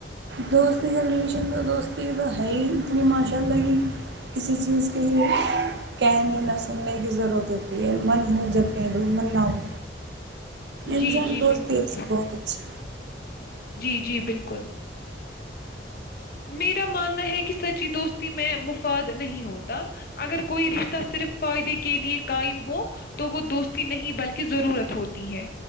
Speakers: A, on the right; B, on the left.
A: دوست کا ریلیشن تو دوستی کی تو ہے ہی اتنی ماشاء اللہ کہ کسی چیز کے ہی کہنے نہ سننے کی ضرورت ہوتی من ہو جب پہ من نہ ہو
B: جی
A: انسان
B: جی
A: دوستی
B: بالکل
A: سے بہت اچھے
B: جی جی بالکل <unintelligible> میرا ماننا ہے کہ سچی دوستی میں مفاد نہیں ہوتا اگر کوئی رشتہ صرف فائدے کے لیے قائم ہو تو وہ دوستی نہیں بلکہ ضرورت ہوتی ہے